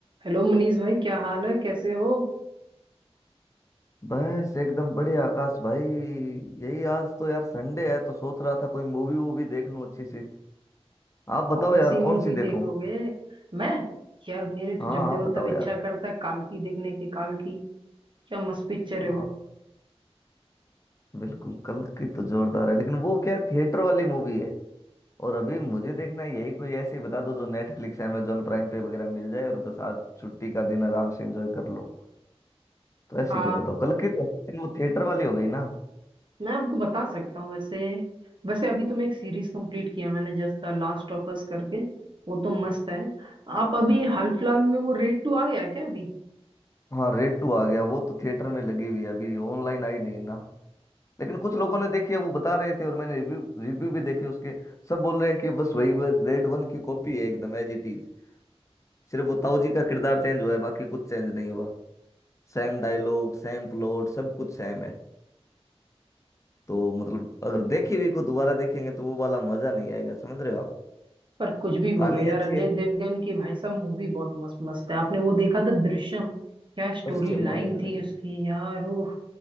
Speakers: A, on the right (about 50°); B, on the left (about 30°).
A: Hello Manish भाई क्या हाल है कैसे हो
B: बस एकदम बढ़िया आकाश भाई यही आज तो यार संडे है तो सोच रहा था कोई मूवी वूवी देख लूं अच्छी सी आप
A: कौन
B: बताओ यार
A: सी मूवी
B: कौन सी
A: देखोगे
B: देखूं
A: मैं यार मेरी तो
B: हाँ
A: जब देखो
B: आप बताओ
A: तब इच्छा
B: यार
A: करता है काल्की देखने की काल्की क्या मस्त पिक्चर है
B: हाँ
A: वो
B: बिल्कुल कल की तो जोरदार है लेकिन वो क्या थिएटर वाली मूवी है और अभी मुझे देखना है यही कोई ऐसी बता दो जो नेटफ्लिक्स अमेजोन प्राइम पे वगैरह मिल जाए और बस आज छुट्टी का दिन आराम से एंजॉय कर लो तो ऐसी
A: आ
B: कोई बताओ कल की तो लेकिन वो थिएटर वाली हो गई ना
A: मैं आपको बता सकता हूँ वैसे वैसे अभी तो मैं एक सीरीज कंप्लीट किया मैंने just the last of us करके वो तो मस्त है आप अभी हाल फिलहाल में वो रेड टू आ गया क्या अभी
B: हाँ रेड टू आ गया वो तो थिएटर में लगी हुई है अभी ऑनलाइन आई नहीं ना लेकिन कुछ लोगों ने देखी है वो बता रहे थे और मैंने रिव्यू रिव्यू भी देखे उसके सब बोल रहे हैं कि बस वही वह रेड वन की कॉपी है एकदम एज इट इज सिर्फ वो ताऊ जी का किरदार चेंज हुआ है बाकी कुछ चेंज नहीं हुआ सेम डायलॉग सेम प्लॉट सब कुछ सेम है तो मतलब अगर देखी हुई को दोबारा देखेंगे तो वो वाला मजा नहीं आएगा समझ रहे हो आप
A: पर कुछ भी बोलो
B: कहानी
A: यार
B: अच्छी
A: अजय
B: है
A: देवगन की भाई साहब मूवी बहुत मस्त मस्त है आपने वो देखा था दृश्यम क्या स्टोरी
B: दृश्यम
A: लाइन
B: और अरे
A: थी
B: अरे
A: उसकी यार ओ